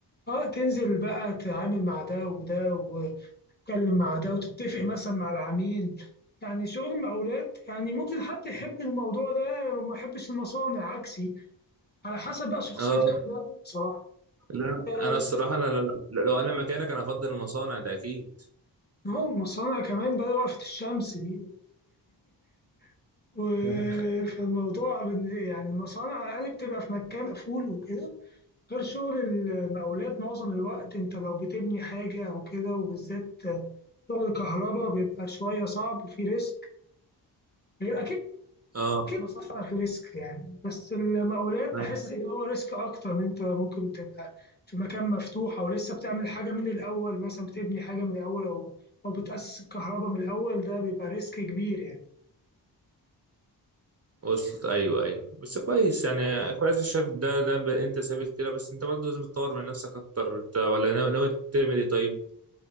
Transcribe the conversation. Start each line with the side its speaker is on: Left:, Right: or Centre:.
Left: آه، تنزل بقى تتعامل مع ده وده وتتكلم مع ده وتتفق مثلا مع العميل يعني شغل المقاولات يعني ممكن حد يحب الموضوع ده وما يحبش المصانع عكسي على حسب بقى شخصية
Right: اه
Left: كل واحد بصراحة
Right: لا
Left: اه
Right: انا الصراحه انا لو لو انا مكانك انا افضل المصانع ده اكيد
Left: المصانع كمان بدأ وقفة الشمس دي <laughs> و-
Right: <laughs>
Left: فالموضوع بن- يعني المصانع على الأقل بتبقى في مكان مقفول وكده غير شغل المقاولات معظم الوقت أنت لو بتبني حاجة أو كده وبالذات شغل الكهرباء بيبقى شوية صعب وفي ريسك غير أكيد
Right: اه
Left: اكيد طبعا في ريسك يعني بس المقاولات
Right: أيوة.
Left: بحس ان هو ريسك اكتر ان انت ممكن تبقى في مكان مفتوح او لسه بتعمل حاجه من الاول مثلا بتبني حاجه من الاول او او بتاسس الكهرباء من الاول ده بيبقى ريسك كبير يعني
Right: وصلت ايوه ايوه بس كويس يعني كويس الشاب ده ده ب... انت ثابت كده بس انت برضه لازم تطور من نفسك اكتر انت ولا ناوي ناوي تعمل ايه طيب